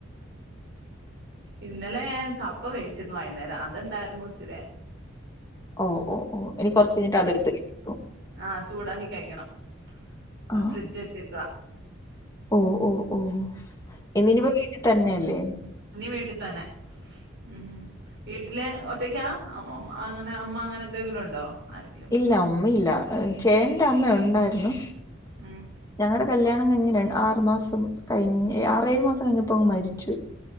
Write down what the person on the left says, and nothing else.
ഓ, ഓ, ഓ എനി കൊറച്ച് കയ്ഞ്ട്ട് അത്ട്ത്ത് ക
ആ.
ഓ, ഓ, ഓ. ഇന്നിനിപ്പോ വീട്ടീ തന്നെ. ലെ
ഇല്ല ഉമ്മ ഇല്ല ഉം ചേന്റമ്മ ഉണ്ടായിരുന്നു
ഞങ്ങടെ കല്യാണം കഴിഞ്ഞ് രണ്ട് ആറു മാസം കഴിഞ് ആറേയുമാസം കയ്ഞ്ഞപ്പോങ് മരിച്ചു